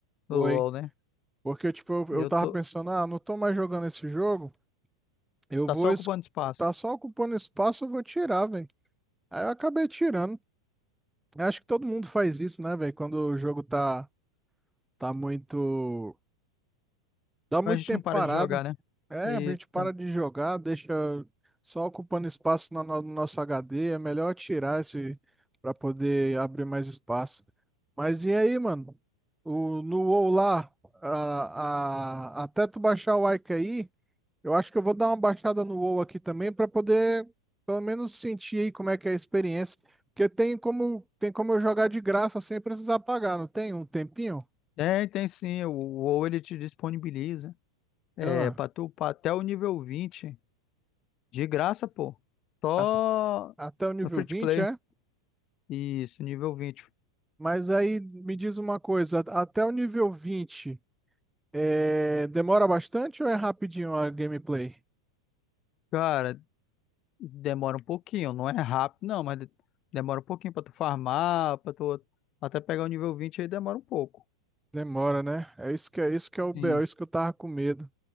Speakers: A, in the centre; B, on the left (about 35°).
A: Foi.
B: O LoL, né?
A: Porque, tipo, eu,
B: Eu
A: eu tava
B: tô.
A: pensando, ah, não tô mais jogando esse jogo, eu
B: Tá
A: vou.
B: só
A: es-
B: ocupando espaço.
A: Tá só ocupando espaço, eu vou tirar, velho. Aí eu acabei tirando. Eu Acho que todo mundo faz isso, né, velho? Quando o jogo tá, tá muito. Dá muito
B: Mas a gente
A: tempo
B: não para
A: parado.
B: de jogar, né?
A: É,
B: Isso.
A: a gente para
B: tam-
A: de jogar, deixa só ocupando espaço na no no nosso HD. É melhor tirar esse pra poder abrir mais espaço. Mas e aí, mano? O, no WoW lá, a, a- até tu baixar o Ica aí. Eu acho que eu vou dar uma baixada no WoW aqui também para poder pelo menos sentir aí como é que é a experiência, porque tem como tem como eu jogar de graça sem precisar pagar, não tem um tempinho?
B: Tem, tem sim. O o WoW ele te disponibiliza. É,
A: Ah,
B: pra tu upar até o nível 20 De graça, pô. Só
A: a- até o nível
B: no free
A: vinte
B: to play.
A: é?
B: Isso, nível 20.
A: Mas aí me diz uma coisa, até o nível 20 é, demora bastante ou é rapidinho a gameplay?
B: Cara, Demora um pouquinho, não é rápido, não, mas de- demora um pouquinho pra tu farmar, pra tu até pegar o nível 20 aí demora um pouco.
A: Demora, né? É isso que é isso que é o
B: Sim.
A: BO, isso que eu tava com medo.